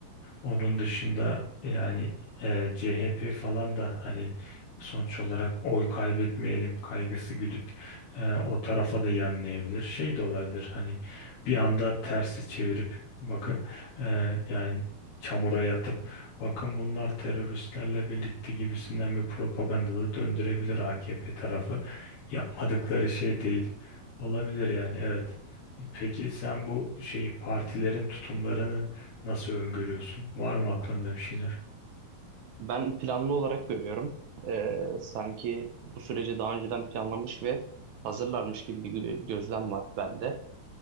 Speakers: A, on the left; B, on the right.
A: Onun dışında yani e, CHP falan da hani sonuç olarak oy kaybetmeyelim kaygısı güdüp e, o tarafa da yanlayabilir. Şey de olabilir hani bir anda tersi çevirip bakın e, yani çamura yatıp bakın bunlar teröristlerle birlikte gibisinden bir propaganda da döndürebilir AKP tarafı yapmadıkları şey değil. Olabilir yani evet. Peki sen bu şeyi partilerin tutumlarını nasıl öngörüyorsun? Var mı aklında bir şeyler?
B: Ben planlı olarak görüyorum. Ee, sanki bu süreci daha önceden planlamış ve hazırlarmış gibi bir gö- gözlem var bende.